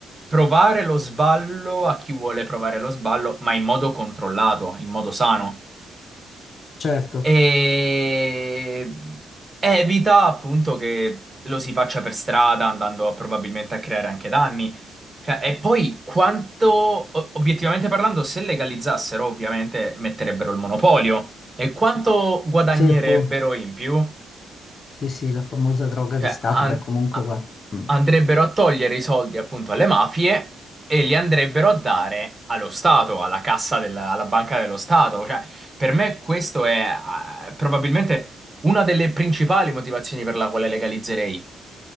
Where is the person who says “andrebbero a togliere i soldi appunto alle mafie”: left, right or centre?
Right